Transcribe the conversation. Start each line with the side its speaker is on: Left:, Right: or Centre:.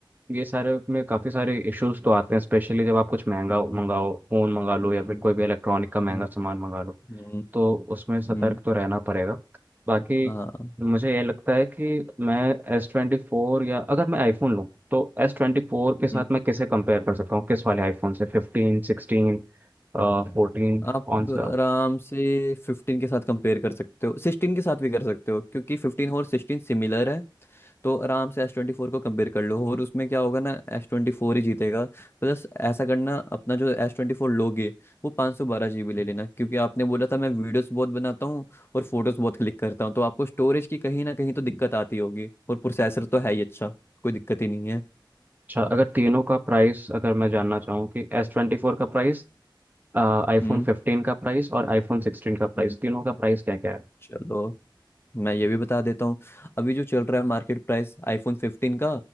Right: ये सारे में काफ़ी सारे इश्यूज तो आते हैं स्पेशली जब आप कुछ महंगा
Left: हम्म,
Right: मंगाओ फ़ोन मंगा लो
Left: हम्म,
Right: या फिर कोई भी इलेक्ट्रॉनिक का महंगा
Left: हम्म,
Right: सामान मंगा लो
Left: हम्म,
Right: तो उसमें सतर्क
Left: हम्म,
Right: तो रहना पड़ेगा बाकी
Left: हाँ
Right: मुझे ये लगता है कि मैं एस ट्वेंटी फोर या अगर मैं आईफोन लूँ तो एस ट्वेंटी फोर के साथ
Left: हम्म।
Right: मैं किसे कंपेयर कर सकता हूँ किस वाले आईफोन से फिफ्टीन सिक्सटीन फोर्टीन
Left: आप
Right: कौन सा
Left: आराम से फिफ्टीन के साथ कंपेयर कर सकते हो सिक्सटीन के साथ भी कर सकते हो क्योंकि फिफ्टीन और सिक्सटीन सिमिलर है तो आराम से एस ट्वेंटी फोर को कंपेयर कर लो और उसमें क्या होगा ना एस ट्वेंटी फोर ही जीतेगा प्लस ऐसा करना अपना जो एस ट्वेंटी फोर लोगे वो पाँच सौ बारह जी बी ले लेना क्योंकि आपने बोला था मैं वीडियोस बहुत बनाता हूँ और फोटोज बहुत क्लिक करता हूँ तो आपको स्टोरेज की कहीं ना कहीं तो दिक्कत आती होगी और प्रोसेसर तो है ही अच्छा कोई दिक्कत ही नहीं है
Right: अच्छा अगर तीनों का प्राइस अगर मैं जानना चाहूँ कि एस ट्वेंटी फोर का प्राइस आईफोन
Left: हम्म
Right: फिफ्टीन का प्राइस और आईफोन सिक्सटीन का प्राइस
Left: हम्म।
Right: तीनों का प्राइस क्या क्या
Left: चलो मैं ये भी बता देता हूँ अभी जो चल रहा है मार्केट प्राइस आईफोन 15 का